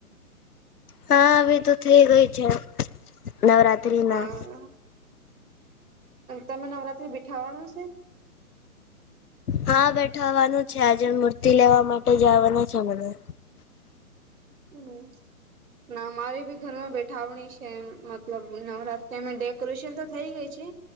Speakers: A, on the left; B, on the right.
A: હા વી તો થઈ ગય છે નવરાત્રિના
B: હા તમે નવરાત્રી બીઠાવાનું છે
A: હા બેઠાવાનું છે આજે મૂર્તિ લેવા માટે જવાનુ છે મને
B: હમ ના મારી બી ઘરમાં બેઠાવણી છે એ મતલબ નવરાત તેમાં ડેકોરેશન તો થઈ ગઈ છે